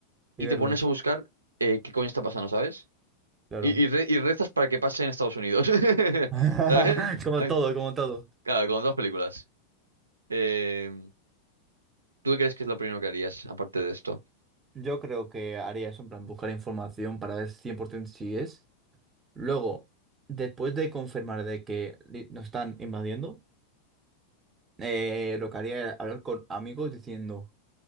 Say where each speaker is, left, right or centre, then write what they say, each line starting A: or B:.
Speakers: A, on the right; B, on the right.
A: y
B: Y verlos.
A: te pones a buscar eh, qué coño está pasando, ¿sabes?
B: Claro.
A: Y, y, re- y rezas para que pase en Estados Unidos, <laughs>
B: <laughs>
A: ¿sabes?
B: Como
A: Ay,
B: todo, como todo.
A: Claro, con dos películas. Eh, ¿tú qué crees que es lo primero que harías aparte de esto?
B: Yo creo que haría eso, en plan, buscar información para ver 100% si es. Luego, después de confirmar de que li- nos están invadiendo, eh, lo que haría era hablar con amigos diciendo